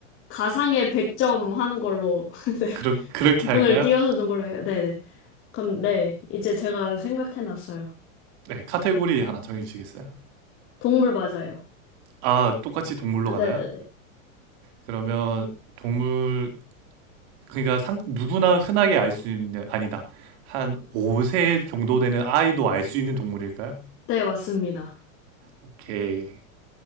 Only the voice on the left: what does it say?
가상의 100점 하는 걸로, <laughs> 네.
이분을
띄워주는 걸로 해요. 네네. 그럼, 네. 이제 제가 생각해놨어요.
동물 맞아요.
아,
네네네.
네, 맞습니다.